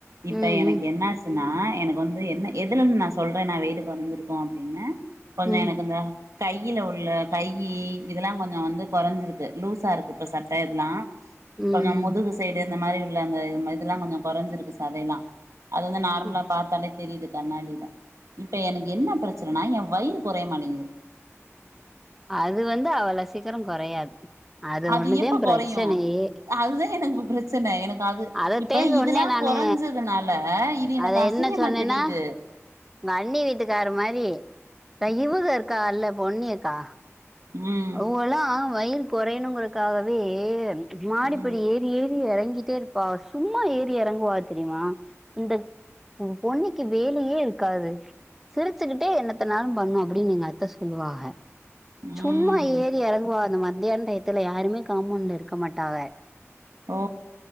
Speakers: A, on the right; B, in the centre.
A: இப்ப
B: ம்
A: எனக்கு என்னாச் சின்னா எனக்கு வந்து என்ன எதுல இருந்து நா சொல்றே நா வெயிட்டு கொறஞ்சிருக்கோ அப்டின்னு கொஞ்சோ
B: ம்
A: எனக்கு இந்த கையில உள்ள கையி இதெல்லா கொஞ்சோ வந்து கொறஞ்சிருக்கு து லூசா இருக்கு இப்ப சட்ட இதெல்லா
B: ம்
A: கொஞ்சோ முதுகு சைடு இந்த மாரி உள்ள அந்த இதெல்லா கொஞ்சோ கொறைஞ்சிருக்கு சதையெல்லா அது வந்து நார்மலா
B: ம்
A: பாத்தாலே தெரியிது கண்ணாடில இப்ப எனக்கு என்ன பிரச்சனன்னா ஏ வயிறு கொறைய மாட்டேங்கிது
B: அது வந்து அவள சீக்கரோ கொறையாது
A: அது
B: ஒண்ணுதே
A: எப்ப
B: பிரச்சனையே
A: கொறையு அதுதா எனக்கு இப்ப பிரச்சனை எனக்கு அது
B: அதத்தே
A: இப்ப
B: சொன்னே
A: இதுலா
B: நானு
A: கொறஞ்சதுனால இது எனக்கு
B: அத
A: அசிங்கமா
B: என்ன சொன்னேன்னா
A: தெரியிது
B: உங்க அண்ணி வீட்டுக்கார் மாரி இந்த இவுக இருக்காகல்ல பொன்னியக்கா
A: ம்
B: அவுகல்லா வயிறு கொறையணுங்கறக்காகவே மாடிப்படி
A: ம்
B: ஏறி ஏறி எறங்கிட்டே இருப்பாக சும்மா ஏறி எறங்குவாக தெரியுமா இந்த பொன்னிக்கு வேலையே இருக்காது சிரிச்சிக்கிட்டே என்னத்தனாளு பண்ணு அப்டின்னு எங்க அத்த சொல்லுவாக
A: ம்
B: சும்மா ஏறி எறங்குவாக அந்த மத்தியான டயத்துல யாருமே காமவுன்டுல இருக்க மாட்டாக
A: ஓ